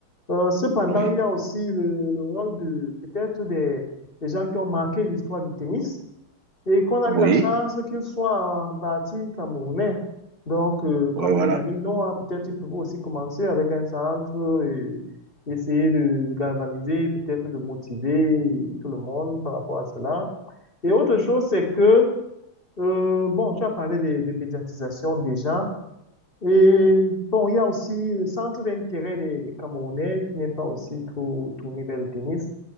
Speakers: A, on the left; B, on the right.
A: Euh, cependant,
B: oui,
A: il y a aussi le, le rôle de peut-être des, des gens qui ont marqué l'histoire du tennis et qu'on a
B: oui,
A: eu la chance qu'ils soient en partie camerounais. Donc, euh, comme
B: ouais, voilà.
A: les Yannick Noah, peut-être ils peuvent aussi commencer avec un centre et essayer de galvaniser, peut-être de motiver tout le monde par rapport à cela. Et autre chose, c'est que euh, bon, tu as parlé de, de médiatisation déjà. Et bon, il y a aussi le centre d'intérêt des, des Camerounais qui n'est pas aussi trop tourné vers le tennis